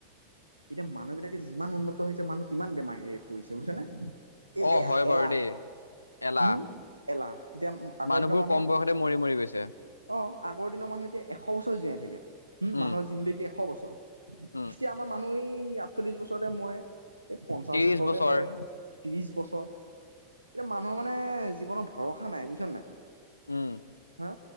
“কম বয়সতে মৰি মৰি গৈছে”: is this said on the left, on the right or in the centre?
Left